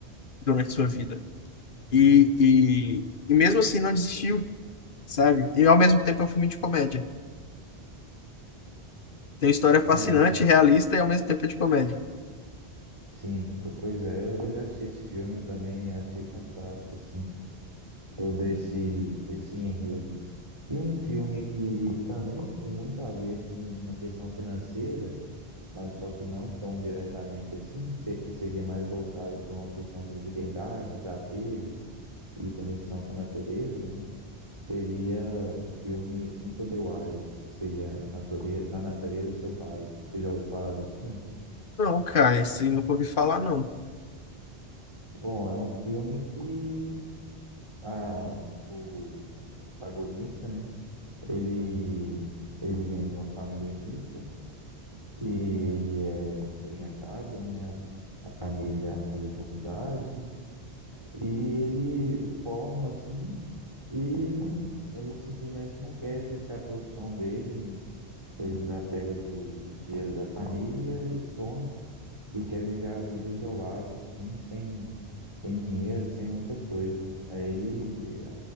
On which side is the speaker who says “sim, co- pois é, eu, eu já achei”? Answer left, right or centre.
Right